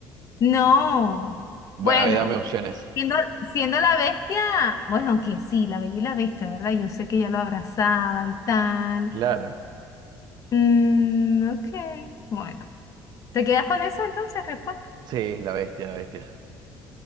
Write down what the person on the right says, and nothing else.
Bueno,
a ver, dame opciones.
Claro.
Sí, la bestia, la bestia.